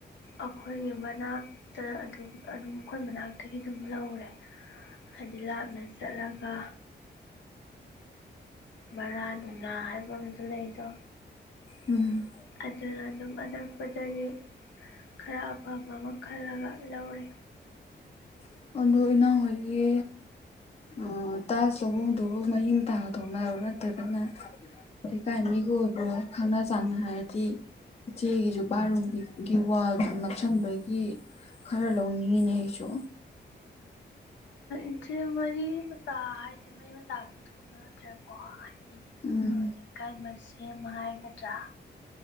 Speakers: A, on the left (about 80°); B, on the left (about 35°).
A: ꯑꯩꯈꯣꯏꯒꯤ ꯃꯅꯥꯛꯇ ꯑꯗꯨꯝ ꯑꯗꯨꯝ ꯑꯩꯈꯣꯏ ꯃꯅꯥꯛꯇꯒꯤ ꯑꯗꯨꯝ ꯂꯧꯔꯦ ꯍꯥꯏꯗꯤ ꯂꯥꯞꯅ ꯆꯠꯂꯒ ꯃꯔꯜ ꯎ ꯍꯥꯏꯕ ꯂꯩꯗ
B: ꯎꯝ
A: ꯑꯗꯨꯅ ꯑꯗꯨꯝ ꯑꯅꯛꯄꯗꯒꯤ ꯈꯔ ꯑꯄꯥꯕ ꯑꯃ ꯈꯜꯂꯒ ꯂꯧꯔꯦ
B: ꯍ ꯑꯗꯨ ꯏꯅ ꯍꯣꯏꯒꯤ ꯑ ꯇꯥꯁ ꯂꯧꯕꯐꯝꯗꯨ ꯃꯌꯤꯡ ꯇꯥꯗꯣꯛꯅꯔꯣ ꯅꯠꯇ꯭ꯔꯒꯅ ꯂꯩꯀꯥꯏ ꯃꯤꯒ ꯑꯣꯏꯕ꯭ꯔꯣ ꯈꯪꯅ ꯆꯥꯟꯅ ꯍꯥꯏꯔꯗꯤ ꯏꯆꯦꯒꯤꯁꯨ ꯄꯥꯔꯨꯝꯒꯤꯒꯤ ꯋꯥꯜꯁꯨ ꯅꯞꯁꯤꯟꯕꯒꯤ ꯈꯔ ꯂꯧꯅꯤꯡꯉꯤꯅꯦ ꯑꯩꯁꯨ
A: ꯏꯆꯦ ꯃꯔꯤ ꯃꯇꯥ ꯍꯥꯏꯁꯦ ꯃꯔꯤ ꯃꯇꯥꯕꯨꯗꯤ ꯊꯣꯛꯅꯗ꯭ꯔꯦꯀꯣ ꯍꯥꯏꯗꯤ
B: ꯎꯝ
A: ꯂꯩꯀꯥꯏ ꯑꯃ ꯁꯦꯝꯕ ꯍꯥꯏꯒꯗ꯭ꯔꯥ